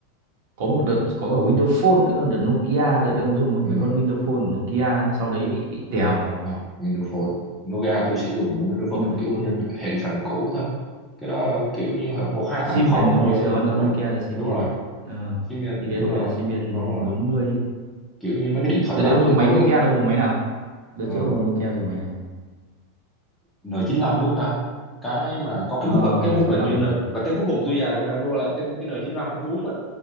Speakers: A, on the right; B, in the centre.
A: có một đợt có cả Windows Phone nữa cơ, đợt Nokia đợt ông có dùng không?
B: nhưng
A: mấy con
B: mà
A: Windows Phone của Nokia nhưng sau đấy bị bị tèo
B: không Windows Phone Nokia tôi sẽ dùng Windows Phone
A: Windows
B: kiểu
A: Phone
B: như hệ phần cũ thôi cái đó là kiểu như một hai
A: sim
B: tám không
A: biển đúng
B: rồi
A: không ngày xưa Android
B: đúng rồi
A: Nokia là sim
B: đúng
A: biển
B: rồi
A: Ờ,
B: Symbian
A: thì cái
B: nhưng
A: hội
B: mà
A: đèn sim biển
B: đúng rồi
A: bốn mươi
B: kiểu như mấy cái điện thoại
A: đợt
B: gập
A: đấy ông dùng
B: vậy thôi
A: máy Nokia ông dùng máy nào đợt
B: ờ,
A: trước ông dùng Nokia dùng máy nào
B: N95 đúng không ta cái mà có cái
A: ờ
B: bút á cái
A: đợt
B: bút
A: 95
B: là như N,
A: à
B: là cái cuối cùng tôi dài của thằng Nua là cái cái N95 có cái bút á